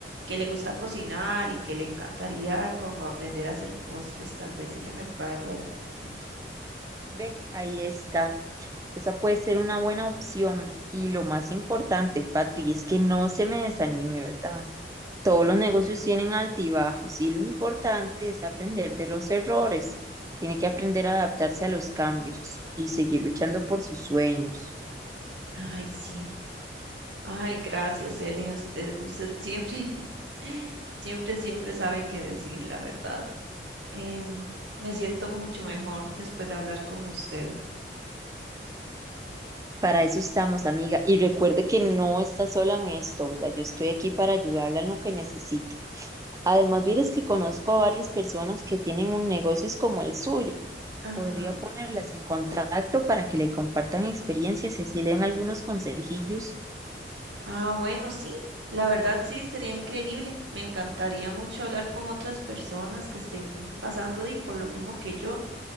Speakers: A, on the right; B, on the right.
A: que le gusta cocinar y que le encantaría como aprender a hacer postres. Tal vez ella me pueda ayudar un poquito.
B: Ve, ahí está. Esa puede ser una buena opción. Y lo más importante, Patri, es que no se me desanime, ¿verdad? Todos los negocios tienen altibajos y lo importante es aprender de los errores. Tiene que aprender a adaptarse a los cambios y seguir luchando por sus sueños.
A: Ay, sí. Ay, gracias, Ele. Usted, usted siempre, <laughs> siempre, siempre sabe qué decir, la verdad. Em, me siento mucho mejor después de hablar con usted.
B: Para eso estamos, amiga. Y recuerde que no está sola en esto, ¿verdad? Yo estoy aquí para ayudarla en lo que necesite. Además, vieres que conozco a varias personas que tienen un negocios como el suyo.
A: Ajá.
B: Podría ponerlas en contacto para que le compartan experiencias y así le den algunos consejillos.
A: Ah, bueno, sí, la verdad sí, sería increíble. Me encantaría mucho hablar con otras personas que estén pasando di- por lo mismo que yo.